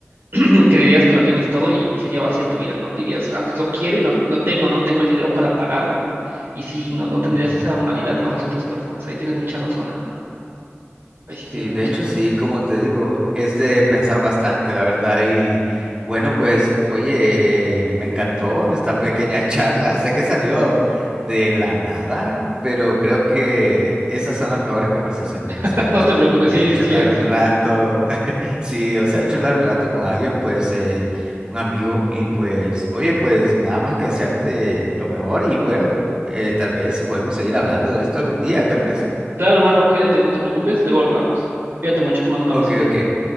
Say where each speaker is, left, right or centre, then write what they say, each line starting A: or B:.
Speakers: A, on the right; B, on the right.
A: <clears throat> Creerías que lo tienes todo y, y sería vacía tu vida, ¿no? Dirías, ah, pues lo quiero y lo, lo tengo, ¿no? Tengo el dinero para pagarlo. Y sí, no, no tendrías
B: Ujú.
A: esa humanidad con las otras personas. Ahí tienes mucha razón, hermano. Ahí sí tienes
B: Sí, de
A: mucha
B: hecho
A: razón.
B: sí, como te digo, es de pensar bastante, la verdad. Y bueno, pues oye, eh, me encantó esta pequeña <laughs> charla. Sé que salió de la nada, pero creo que esas son las mejores conversaciones,
A: <laughs>
B: ¿sabes?
A: No te preocupes,
B: De
A: sí,
B: charlar
A: sí, sí, Axel.
B: un rato, <laughs> sí, o sea, charlar un rato con alguien, pues eh, un amigo. Y pues, oye, pues nada más que desearte lo mejor y puedo, eh, tal vez podemos seguir hablando de esto algún día, ¿te parece?
A: Claro, hermano, cuídate, no te preocupes, luego hablamos. Cuídate mucho, te mando un
B: Ok,
A: abrazote.
B: ok.